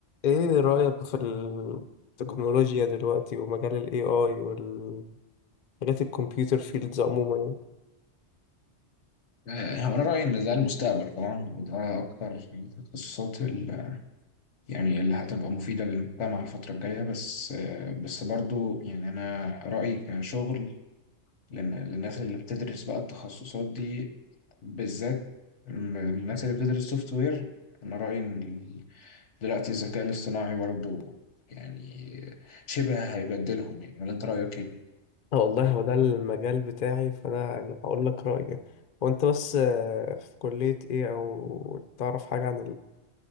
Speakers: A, on the left; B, on the left.
A: ايه رأيك في التكنولوجيا دلوقتي ومجال ال AI والحاجات الكمبيوتر فيلدز عموما يعني
B: آه، هو انا رايي ان ده المستقبل طبعا وده اكتر التخصصات ال- يعني اللي هتبقى مفيده للمجتمع الفتره الجايه بس آه، بس برضو يعني انا رايي كشغل لن- للناس اللي بتدرس بقى التخصصات دي بالذات الم- الناس اللي بتدرس سوفت وير انا رايي ان ال- دلوقتي الذكاء الاصطناعي برضو يعني شبه هيبدلهم يعني ولا انت رايك ايه؟
A: آه والله هو ده المجال بتاعي فانا يعني هقول لك رأيي هو انت بس آه، في كلية ايه او تعرف حاجة عن